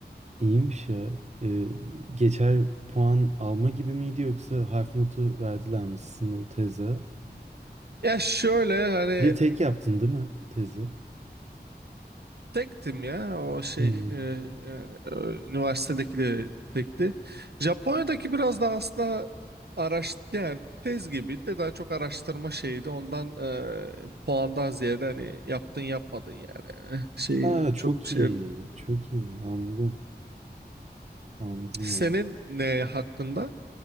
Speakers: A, on the right; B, on the right.
A: iyiymiş ya. Ee, geçer puan alma gibi miydi yoksa harf notu verdiler mi sizin de o teze?
B: Ya şöyle hani
A: Bir de tek yaptın değil mi tezi?
B: Tektim ya o şey
A: Hmm.
B: e, yani, e, üniversitedeki de tekti. Japonya'daki biraz daha aslında araş yani tez gibi de daha çok araştırma şeydi. Ondan e, puandan ziyade hani yaptın yapmadın yani <laughs> şey
A: Aa,
B: yani
A: çok
B: çok bir şey.
A: iyi. Çok iyi. Anladım. Anladım
B: Senin
A: ya.
B: ne hakkında?